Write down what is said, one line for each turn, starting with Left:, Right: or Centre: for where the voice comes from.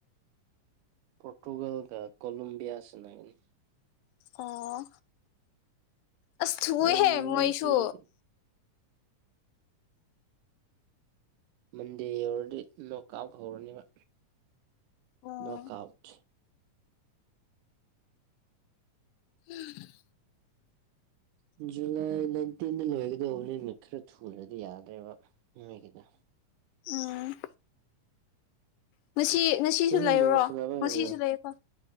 Right: ꯄꯣꯔꯇꯨꯒꯜꯒ ꯀꯣꯂꯣꯕꯤꯌꯥꯁꯤꯅꯒꯅꯤ
Left: ꯑꯣ ꯑ ꯊꯨꯏ
Right: ꯌꯥꯝ
Left: ꯍꯦ
Right: ꯌꯦꯡꯅꯤꯡꯈ꯭ꯔꯦ
Left: ꯃꯣꯏꯁꯨ
Right: ꯑꯗꯨꯗꯤ ꯃꯟꯗꯦ ꯌꯧꯔꯗꯤ ꯅꯣꯛ ꯑꯥꯎꯠ ꯍꯧꯔꯅꯤꯕ
Left: ꯑꯣ
Right: ꯅꯣꯛꯣꯛ ꯑꯥꯎꯠ
Left: ꯎꯝ
Right: ꯎꯝ ꯖꯨꯂꯥꯏ ꯅꯥꯏꯟꯇꯤꯟꯗ ꯂꯣꯏꯒꯗꯧꯕ ꯅ ꯅꯨꯃꯤꯠ ꯈꯔ ꯊꯨꯨꯔꯗꯤ ꯌꯥꯗ꯭ꯔꯦꯕ ꯅꯣꯏꯒꯤꯗ
Left: ꯎꯝ ꯉꯁꯤ ꯉꯁꯤꯁꯨ
Right: ꯅꯪꯗꯤ
Left: ꯂꯩꯔꯣ
Right: ꯕꯣꯜ ꯁꯥꯟꯅꯕ
Left: ꯉꯁꯤꯁꯨ
Right: ꯍꯩꯕ꯭ꯔꯥ
Left: ꯂꯩꯀꯣ